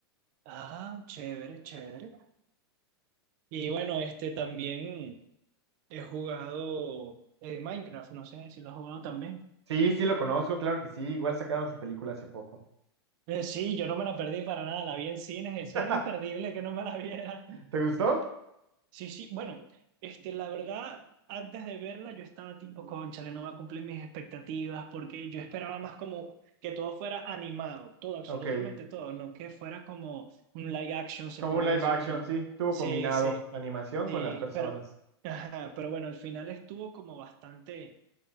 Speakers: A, on the right; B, on the right.
A: Ah, chévere, chévere. Y bueno, este también he jugado eh, Minecraft, no sé si lo has jugado también.
B: Sí, sí lo conozco, claro que sí. Igual sacaron su película hace poco.
A: Eh, sí, yo no me la perdí para nada, la vi en cines, eso
B: <laughs>
A: era imperdible que no me la viera.
B: ¿Te gustó?
A: Sí, sí, bueno, este, la verdad, antes de verla yo estaba tipo, cónchale, no va a cumplir mis expectativas, porque yo esperaba más como que todo fuera animado, todo, absolutamente
B: Ok.
A: todo, no que fuera como un live action, se
B: Como
A: podría
B: un live
A: decir,
B: action,
A: no.
B: sí. Estuvo
A: Sí,
B: combinado
A: sí,
B: la animación
A: sí,
B: con las personas.
A: pero, ajá, pero bueno, al final estuvo como bastante,